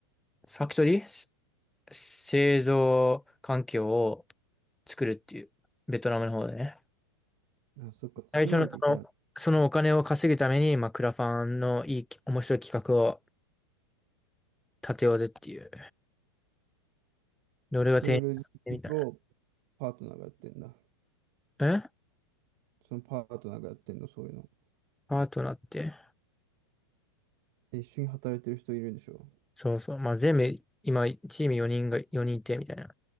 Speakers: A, in the centre; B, on the right (about 50°).
A: ファクトリー製造環境を作るっていう、ベトナムの方でね。
B: うん。あ、そっか、作んなきゃいけない。
A: 最初のその、そのお金を稼ぐために、まあ、クラファンのいい、面白い企画を立てようぜっていう。で、俺が提案してみたい
B: そういうロジックをパートナーがやってんだ。
A: な。え
B: そのパートナーがやってんの、そういうの。
A: パートナーって。
B: え一緒に働いてる人いるんでしょ
A: そうそう。まあ、全部、今、チーム4人が、4人いて、みたいな。